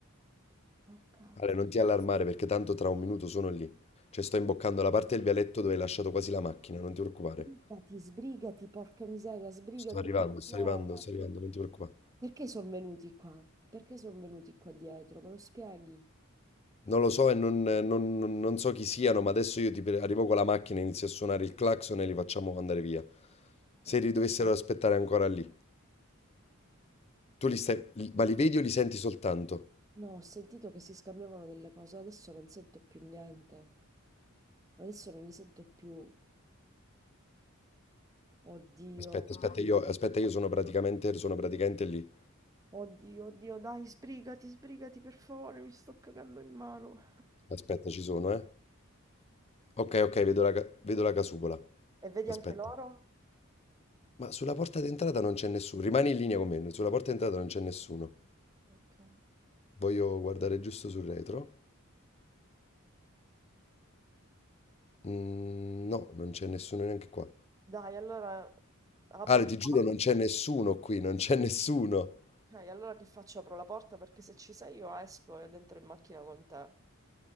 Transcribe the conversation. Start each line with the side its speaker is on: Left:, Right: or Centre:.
Right: Oh cazzo.
Left: Ale, non ti allarmare perché tanto tra un minuto sono lì. Cioè sto imboccando la parte del vialetto dove hai lasciato quasi la macchina, non ti preoccupare.
Right: Sbrigati, sbrigati, porca miseria, sbrigati.
Left: Sto arrivando, sto
Right: No,
Left: arrivando,
Right: ma-
Left: sto arrivando, non ti preoccupare.
Right: Perché sono venuti qua? Perché sono venuti qua dietro? Me lo spieghi?
Left: Non lo so e non, non- non- non so chi siano, ma adesso io ti pre- arrivo con la macchina, inizio a suonare il clacson e li facciamo andare via. Se
Right: No,
Left: li dovessero aspettare ancora lì. Tu li stai, li- ma li vedi o li senti soltanto?
Right: ho sentito che si scambiavano delle cose, adesso non sento più niente. Adesso non li sento più. Oddio.
Left: Aspetta, aspetta, io, aspetta, io sono praticamente, sono praticamente lì.
Right: Oddio, oddio, dai, sbrigati, sbrigati per favore, mi sto cagando in mano.
Left: Aspetta, ci sono, eh. Ok, ok, vedo la, ca- vedo la casupola.
Right: E vedi
Left: Aspetta.
Right: anche loro?
Left: Ma sulla porta d'entrata non c'è nessuno. Rimani in linea con me, sulla porta d'entrata non c'è nessuno.
Right: Ok.
Left: Voglio guardare giusto sul retro. Mm, no, non c'è nessuno neanche qua.
Right: Dai, allora apro
Left: Ale,
Right: la
Left: ti giuro,
Right: porta.
Left: non c'è nessuno qui, non c'è nessuno.
Right: Ok, allora che faccio? Apro la porta perché se ci sei io esco ed entro in macchina con te.